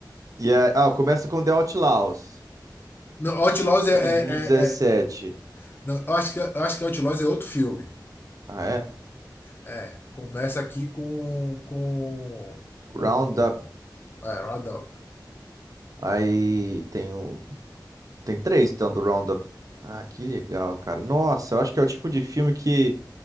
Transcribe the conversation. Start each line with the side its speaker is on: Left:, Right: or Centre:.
Right: E é, ah, começa com The Outlaws,
Left: Não, Outlaws é,
Right: 2017.
Left: é, é- é- não, eu acho que, eu acho que Outlaws é outro filme.
Right: Ah, é?
Left: É, começa aqui com, com, com,
Right: Roundup.
Left: é, Round Up.
Right: Aí tem, um- tem três, então, do Roundup. Ah, que legal, cara. Nossa, eu acho que é o tipo de filme que,